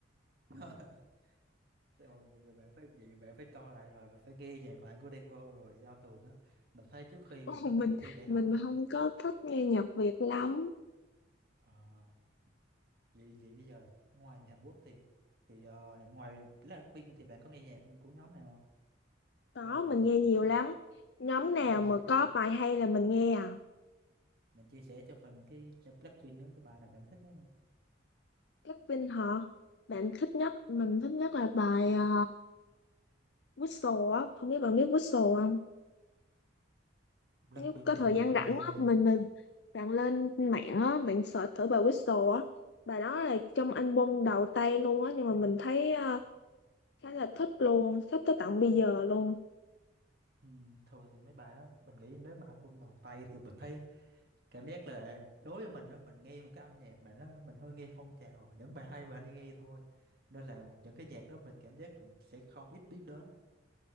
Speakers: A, on the right (about 50°); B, on the left (about 60°).
A: <laughs> rồi vậy là bạn phải vậy bạn phải coi lại rồi bạn phải nghe nhạc lại của Đen Vâu rồi do thường á mình thấy trước
B: <laughs>
A: khi
B: Ồ,
A: mà có
B: mình
A: kỳ thi đại học
B: mình
A: á
B: không có thích nghe nhạc Việt lắm
A: ờ, vậy vậy bây giờ ngoài nhạc Hàn Quốc thì thì ờ, ngoài Blackpink thì bạn có nghe nhạc của nhóm này không
B: Có,
A: hay là bạn
B: mình nghe nhiều
A: chi-
B: lắm. Nhóm nào
A: bạn chia
B: mà
A: sẻ cho
B: có
A: mình
B: bài hay là mình nghe à?
A: bạn chia sẻ cho mình cái cái Blackpink nữa cái bài nào bạn thích nữa
B: Blackpink hả? Bạn thích nhất, mình thích nhất là bài ờ, Whistle á. Không biết bạn biết Whistle không?
A: Blackpink
B: Nếu có thời
A: thì mình
B: gian rảnh
A: hay ờ,
B: á, mình mình bạn lên mạng á, bạn search thử bài Whistle á. Bài đó là trong album đầu tay luôn á, nhưng mà mình thấy ờ, khá là thích luôn, thích tới tận bây giờ luôn.
A: ừm, thường thì mấy bài đó mình nghĩ nếu mà album đầu tay thì mình thấy cảm giác là đối với mình đó mình nghe một cái âm nhạc mà nó mình hơi nghe phong trào những bài hay mình hay nghe thôi nên là những cái nhạc đó mình cảm giác mình sẽ không ít biết đến